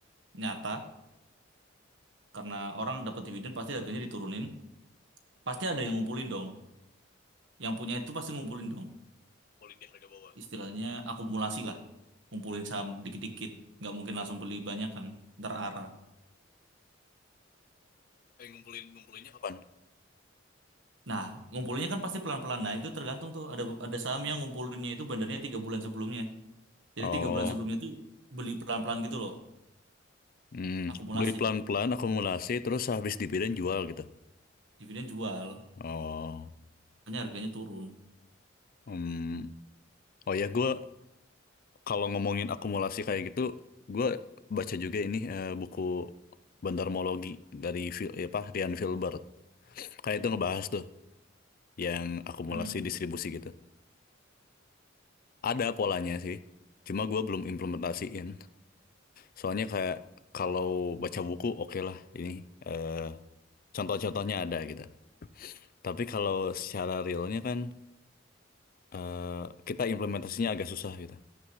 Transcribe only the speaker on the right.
nyata, karena orang dapat dividen pasti harganya diturunin, pasti ada yang ngumpulin dong. Yang punya itu pasti ngumpulin dong.
istilahnya akumulasi lah ngumpulin saham dikit-dikit nggak mungkin langsung beli banyak kan ntar arah
nah ngumpulinnya kan pasti pelan-pelan nah itu tergantung tuh ada ada saham yang ngumpulinnya itu bandarnya tiga bulan sebelumnya jadi
tiga bulan sebelumnya itu beli pelan-pelan gitu loh
akumulasi
dividen jual
makanya harganya turun
Mm-mm.